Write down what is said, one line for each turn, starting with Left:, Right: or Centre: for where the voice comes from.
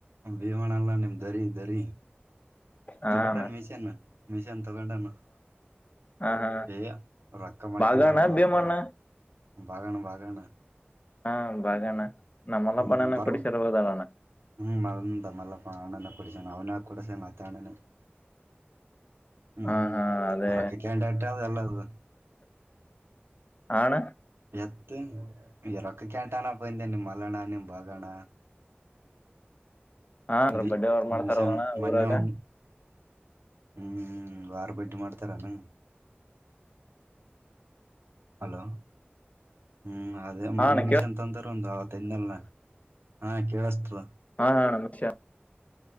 Right: ಭೀವಣಲ್ಲ ನಿಮ್ ದರಿ ದರಿ
Left: ಹಾ
Right: ತಗೊಂಡನ್
Left: ನನ್
Right: ಮಿಷನ್ ಮಿಷನ್ ಅಗೊಂಡನ್ನ
Left: ಹ ಹಾ
Right: ಏಯ ರೊಕ್ಕ ಮಾಡ್ಕಂದತಪ
Left: ಬಾಗಣ್ಣ ಭೀಮಣ್ಣ
Right: ಬಾಗಣ್ಣ ಬಾಗಣ್ಣ
Left: ಹಾ ಬಾಗಣ್ಣ ನಮ್ಮಲ್ಲಪ್ಪಣ್ಣನ
Right: ಹ್ಮ್ ಬರ
Left: ಕೊಡಿಸಿರ ಹೋದಲ್ಲಣ್ಣ
Right: ಹ್ಮ್ ಮಂದ ಮಲ್ಲಪ್ಪ ಅಣ್ಣನ ಕೊಡ ಅವ್ನ ಕೂಡ ಸ ತಾಣನ ಹ್ಮ್
Left: ಹಾ ಹಾ ಅದೇ
Right: ಉರಕ್ಕ ಕಂಡ ಆಟ ಅದಲ್ಲ ಇದು
Left: ಆಣ
Right: ಹ ಈ ರೊಕ್ಕ ಕೆಯಾಂಟಾನ ಪಯಂದ ನಿಮ್ಮ್ ಮಲನಾ ನಿ್ ಬಗಣ
Left: ಹಾ ಅಂದ್ರ
Right: ನಿ
Left: ಬಡ್ಡೆ ಅವ್ರ ಮಾಡ್ತಾರಲ್ಲಣ
Right: ಮಷಾ ಮನ್ನೆ
Left: ಊರಾಗ
Right: ಒ ಹ್ಮ್ ವಾರ ಭೇಟಿ ಮಾಡ್ತಾರ ನ ಅಲೋ ಹ್ಮ್ ಅದೇ ಮೊನ್ನೆ
Left: ಹಾ ಅಣ್ಣ
Right: ಮೀಶ
Left: ಕೇಳ
Right: ಅಂತ ಅಂತಾರ ಒಂದು ಆತ್ಲ್ ಹಾ ಕೇಳಸ್ತ್ರ
Left: ಹಾ ಹಾ ನಮಶಾ